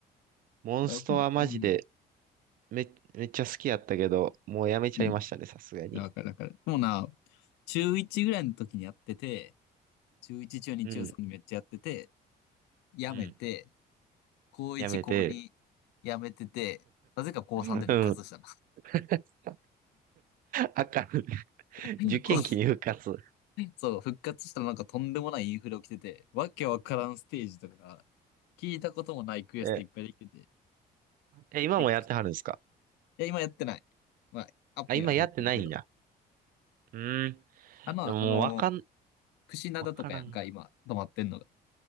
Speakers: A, on the right; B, on the left.
A: モンストはマジで、
B: あ、うん。うん。
A: め、めっちゃ好きやったけど、もうやめちゃいましたね、
B: うん
A: さすがに。
B: わかるわかる。でもな、中1ぐらいの時にやってて、中1、中2、
A: うん、
B: 中3でめっちゃやってて、やめて、
A: うん、
B: 高1、
A: やめて。
B: 高2辞めてて、なぜか高3で復活したの。
A: うん。<laughs> あかん。
B: <laughs>
A: 受験期に復活。
B: こうそう、復活したらなんかとんでもないインフレ起きてて、わけわからんステージとか、聞いたこともないクエストいっぱいできてて、
A: え、え、今もやってはるんですか
B: え、くいや、今やってない。まあ、アプリは入ってるけど。
A: あ、今やってないんや。うーん。
B: あの、
A: でももうわかん、
B: あの、クシナダとかやんか、
A: わからん。
B: 今、止まってんのが。